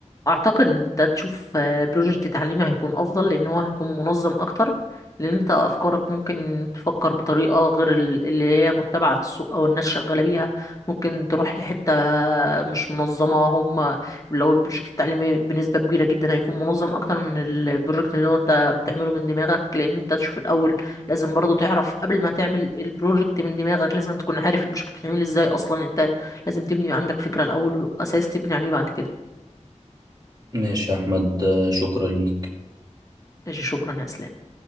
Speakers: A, on the left; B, on the right.
A: اعتقد ان انت تشوف آه، بروجكت تعليمي هيكون افضل لان هو هيكون منظم اكتر لان انت افكارك ممكن تفكر بطريقه غير ال- اللي هي متبعه في السوق او الناس شغاله بيها ممكن تروح لحته مش منظمه هم لو البروجكت التعليمي بنسبه كبيره جدا هيكون منظم اكتر من البروجكت اللي هو انت بتعمله من دماغك لان انت تشوف الاول لازم برضه تعرف قبل ما تعمل البروجكت من دماغك لازم تكون عارف البروجكت بيتعمل ازاي اصلا انت لازم تبني عندك فكره الاول واساس تبني عليه بعد كده
B: ماشي يا احمد آه، شكرا ليك
A: ماشي شكرا يا اسلام